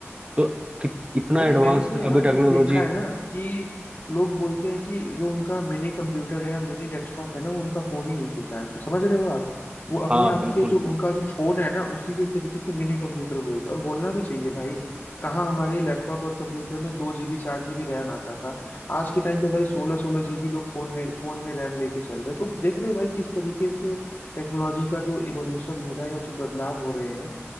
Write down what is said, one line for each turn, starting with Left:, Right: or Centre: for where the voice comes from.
Right: तो कि- इतना
Left: भाई
Right: एडवांस
Left: मैंने तो यहाँ
Right: अभी टेक्नोलॉजी
Left: तक देखा है ना कि लोग बोलते हैं कि जो उनका मिनी कंप्यूटर है या मिनी डेस्कटॉप है ना वो उनका फोन ही हो चुका है तो समझ रहे हो आप वो अपने
Right: हाँ
Left: आप
Right: बिल्कुल
Left: के जो उनका जो फोन है ना उसी को एक तरीके से मिनी कंप्यूटर बोलते हैं और बोलना भी चाहिए भाई कहाँ हमारे लैपटॉप और कंप्यूटर में दो जीबी चार जीबी रैम आता था आज के टाइम पे भाई सोलह सोलह जीबी लोग फोन में फोन में रैम लेके चल रहे हैं तो देख रहे हो भाई किस तरीके से टेक्नोलॉजी का जो इवोल्यूशन हो रहा है या जो बदलाव हो रहे हैं